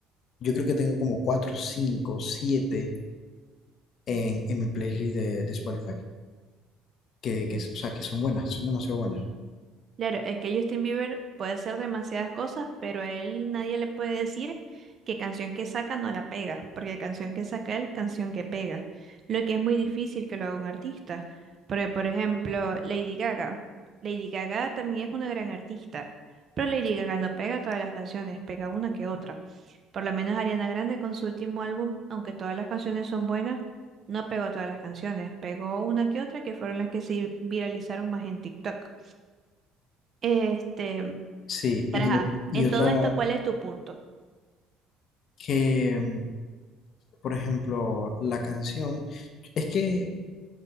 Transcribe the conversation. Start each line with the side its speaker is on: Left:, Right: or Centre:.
Left: Yo creo que tengo como cuatro, cinco, siete en, en mi playlist de, de Spotify, que, que, o sea, que son buenas, son demasiado buenas.
Right: Claro, es que Justin Bieber puede hacer demasiadas cosas, pero a él nadie le puede decir que canción que saca no la pega, porque canción que saca él, canción que pega, lo que es muy difícil que lo haga un artista. Porque, por ejemplo, Lady Gaga. Lady Gaga también es una gran artista, pero Lady Gaga no pega todas las canciones, pega una que otra. Por lo menos Ariana Grande con su último álbum, aunque todas las canciones son buenas, no pegó todas las canciones, pegó una que otra que fueron las que se viralizaron más en TikTok. Este,
Left: Sí,
Right: pero
Left: y,
Right: ajá,
Left: y
Right: en
Left: otra
Right: todo esto, ¿cuál es tu punto?
Left: que, por ejemplo, la canción, es que